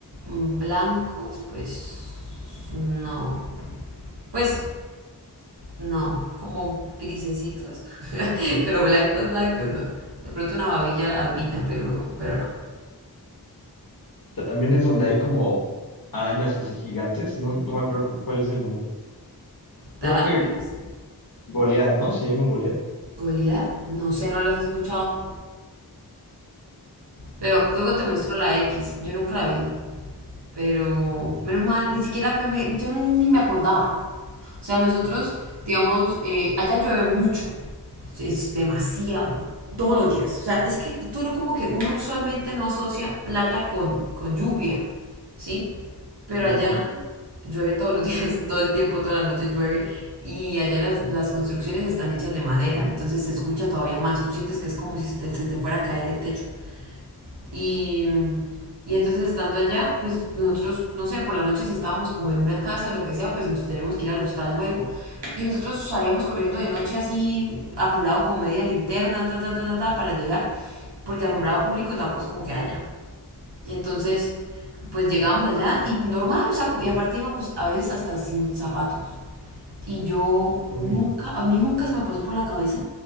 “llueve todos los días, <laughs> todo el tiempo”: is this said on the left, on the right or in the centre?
Right